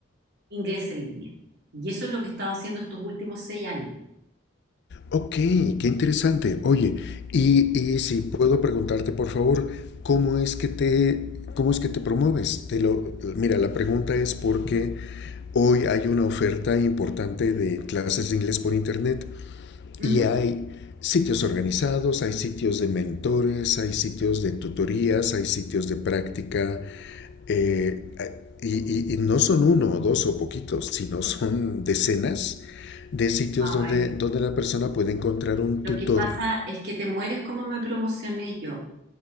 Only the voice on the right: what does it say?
inglés en línea. Y eso es lo que he estado haciendo estos últimos seis años.
Ujú.
Ay,
Lo
que pasa es que te mueres como me promocioné yo.